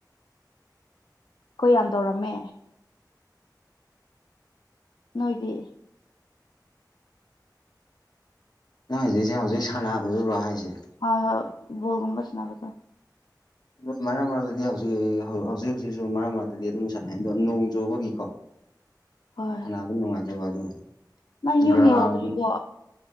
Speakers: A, on the left; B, on the left.
A: ꯑꯩꯈꯣꯏ ꯌꯥꯝ ꯇꯧꯔꯝꯃꯦ ꯅꯣꯏꯗꯤ
B: ꯅꯪ ꯍꯧꯖꯤꯛꯁꯦ ꯍꯧꯖꯤꯛ ꯁꯥꯟꯅꯕꯗꯨꯨꯔꯥ ꯍꯥꯏꯁꯦ
A: ꯍꯣꯏ ꯍꯣꯏ ꯕꯜꯣꯒꯨꯝꯕ ꯁꯅꯕꯗ
B: ꯑꯗꯣ ꯃꯔꯛ ꯃꯔꯛꯇꯗꯤ ꯍꯧꯖꯤꯛꯖꯤ ꯍꯧꯖꯤꯛ ꯍꯧꯖꯤꯛꯁꯨ ꯃꯔꯛ ꯃꯔꯛꯇꯗꯤ ꯑꯗꯨꯝ ꯁꯥꯟꯅꯩ ꯑꯗꯣ ꯅꯣꯡ ꯆꯨꯕꯒꯤꯀꯣ
A: ꯍꯣꯏ
B: ꯁꯅꯕ ꯅꯨꯡꯉꯥꯏꯇꯕ ꯑꯗꯨ
A: ꯅꯪ ꯌꯨꯝ
B: ꯒ꯭ꯔꯥꯎꯟ
A: ꯌꯧꯗ꯭ꯔꯤꯕꯣ